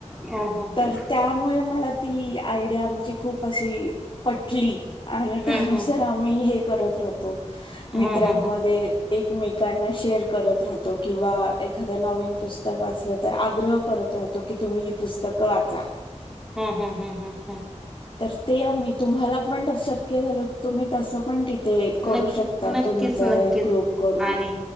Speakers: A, in the centre; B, on the left.
A: हा हा हा
B: तर त्यामुळे मला ती आयडिया आमची खूप अशी पटली आणि
A: हा
B: त्यानुसार
A: हा
B: आम्ही हे करत राहतो मित्रांमध्ये
A: हा हा हा हा
B: एकमेकांना शेअर करत राहतो किंवा एखाद नवीन पुस्तक वाचलत तर आग्रह करत राहतो की तुम्ही ही पुस्तक वाचा.
A: हम्म हम्म हम्म हम्म
B: तर ते आम्ही तुम्हाला पण शक्य झालं तुम्ही तसं पण ट्री ते करू
A: नक्कीच
B: शकता
A: नक्कीच
B: तुमचा
A: नक्कीच
B: एक ग्रुप करून
A: आणि